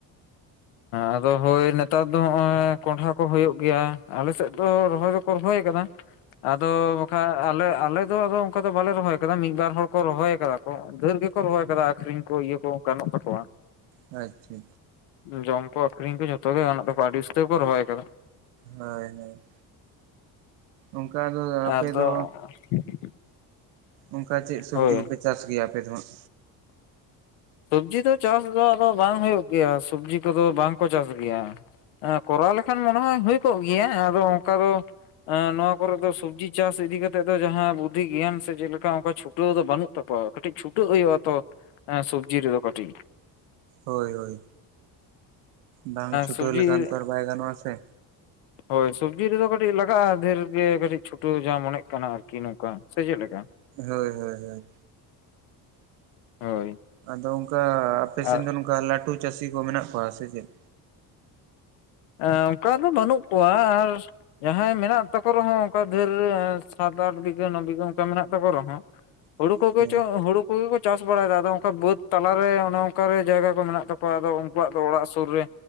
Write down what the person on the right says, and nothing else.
<unintelligible>
ᱟᱪᱪᱷᱟ ᱟᱪᱪᱷᱟ
ᱦᱳᱭ ᱦᱳᱭ ᱚᱱᱠᱟ ᱜᱮ ᱦᱩᱭᱩᱜ-ᱟ
ᱟᱯᱮ ᱫᱚ
ᱚᱱᱠᱟ ᱪᱮᱫ ᱥᱚᱵᱽᱡᱤ
ᱠᱚᱯᱮ ᱪᱟᱥ ᱜᱮᱭᱟ ᱟᱯᱮ ᱫᱚ ᱦᱟᱸᱜ
ᱦᱳᱭ ᱦᱳᱭ ᱵᱟᱝ ᱪᱷᱩᱴᱟᱹᱣ
ᱞᱮᱠᱷᱟᱱ ᱛᱚ ᱟᱨ ᱵᱟᱭ ᱜᱟᱱᱚᱜ ᱟᱥᱮ
ᱦᱳᱭ ᱦᱳᱭ ᱦᱳᱭ
ᱟᱫᱚ ᱚᱱᱠᱟ ᱟᱯᱮ
ᱥᱮᱱ ᱫᱚ ᱱᱚᱝᱠᱟ ᱞᱟᱴᱩ ᱪᱟᱹᱥᱤ ᱠᱚ ᱢᱮᱱᱟᱜ ᱠᱚᱣᱟ ᱥᱮ ᱪᱮᱫ
<inaudible>
ᱦᱮᱸ